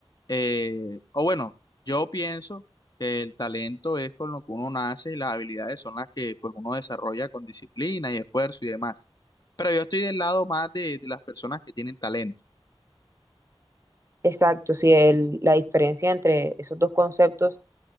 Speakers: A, on the left (about 40°); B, on the right (about 30°).
A: eh, o bueno, yo pienso que el talento es con lo que uno nace y las habilidades son las que pues uno desarrolla con disciplina y esfuerzo y demás. Pero yo estoy del lado más de de las personas que tienen talento.
B: Exacto, sí, el- la diferencia entre esos dos conceptos